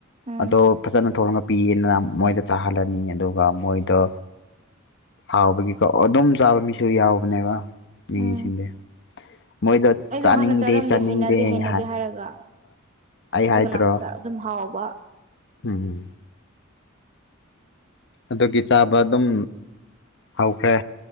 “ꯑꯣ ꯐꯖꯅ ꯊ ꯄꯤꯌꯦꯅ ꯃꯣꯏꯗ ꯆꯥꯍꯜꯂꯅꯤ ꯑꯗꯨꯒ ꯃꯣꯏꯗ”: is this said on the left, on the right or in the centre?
Left